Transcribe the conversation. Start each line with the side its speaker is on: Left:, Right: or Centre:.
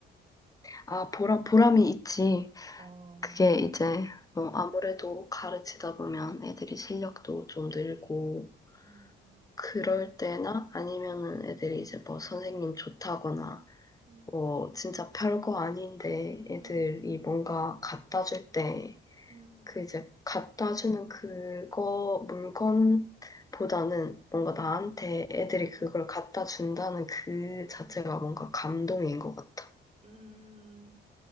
Left: 아, 보람, 보람이 있지.
Right: 어,
Left: 그게 이제,
Right: 어,
Left: 어, 아무래도 가르치다 보면 애들이 실력도 좀 늘고,
Right: 음,
Left: 그럴 때나 아니면은 애들이 이제 뭐 선생님 좋다거나,
Right: 음,
Left: 뭐 진짜 별거 아닌데 애들이
Right: 음,
Left: 뭔가 갖다
Right: 음,
Left: 줄 때,
Right: 음,
Left: 그 이제 갖다 주는 그거, 물건보다는 뭔가
Right: 음,
Left: 나한테 애들이
Right: 음,
Left: 그걸
Right: 음,
Left: 갖다 준다는 그 자체가
Right: 음,
Left: 뭔가 감동인 것 같아.
Right: 음,